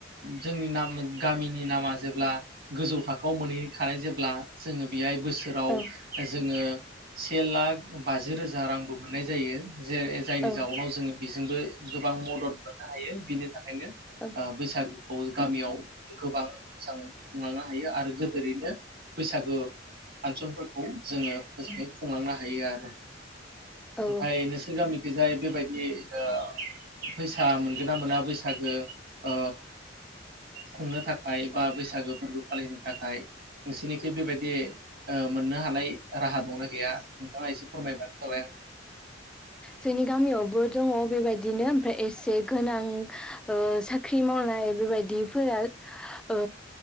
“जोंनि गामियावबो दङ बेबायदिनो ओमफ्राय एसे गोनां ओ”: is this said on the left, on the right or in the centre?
Centre